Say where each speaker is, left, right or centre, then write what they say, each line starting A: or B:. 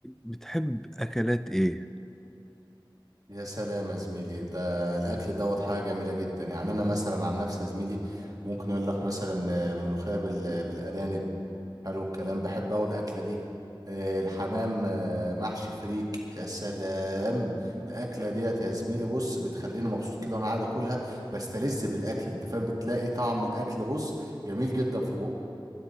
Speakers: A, in the centre; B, on the right.
A: بتحب أكلات إيه؟
B: يا سلام يا زميلي ده الاكل دوت حاجه جميله جدا يعني انا مثلا عن نفسي يا زميلي ممكن اقول لك مثلا آه، ملوخيه بال- بالارانب حلو الكلام بحب اوي الاكله دي آه، الحمام آه، محشي فريك يا سلام الاكله ديت يا زميلي بص بتخليني مبسوط كده وانا قاعد اكلها بستلذ بالاكل انت فاهم بتلاقي طعم الاكل بص جميل جدا في بقك